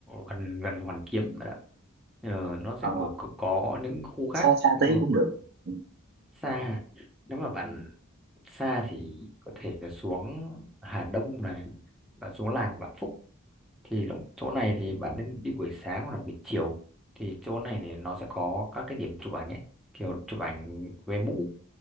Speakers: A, in the centre; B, on the right (about 45°).
A: gần gần Hoàn Kiếm mà đã. ờ, nó sẽ
B: ờ
A: ở có có những khu khác
B: xa xa
A: nhưng
B: tí
A: mà
B: cũng được
A: hơn
B: ừ.
A: xa nếu mà bạn xa thì có thể là xuống Hà Đông này và xuống làng Vạn Phúc thì lúc- chỗ này thì bạn nên đi buổi sáng hoặc là buổi chiều thì chỗ này thì nó sẽ có các cái điểm chụp ảnh ấy kiểu chụp ảnh về mũ